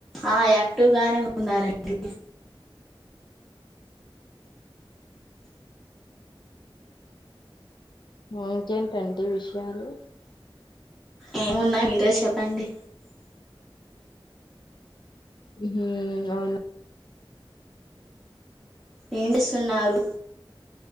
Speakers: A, in the centre; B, on the left.
A: ఆ యాక్టివ్ గానే ఉన్నారండి
B: ఇంకేంటండి విషయాలు
A: ఏమున్నాయి మీరే చెప్పండి
B: హ్మూ అవునా
A: ఏండుస్తున్నారు